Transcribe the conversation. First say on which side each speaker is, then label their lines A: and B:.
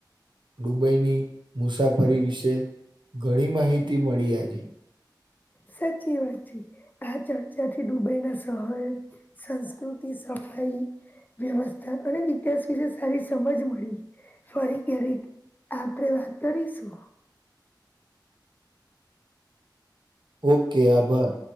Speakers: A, on the right; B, on the left.
A: દુબઈની મુસાફરી વિશે ઘણી માહિતી મળી આજે.
B: સાચી વાત છે આ ચર્ચા થી ડુબઈ ના શહેર. સંસ્કૃતિ સફાઈ. વ્યવસ્થા અને વતિાસ વિશે સારી સમજ મળી. ફરી ક્યારેક આપડે વાત કરીશું.
A: ઓકે આભાર.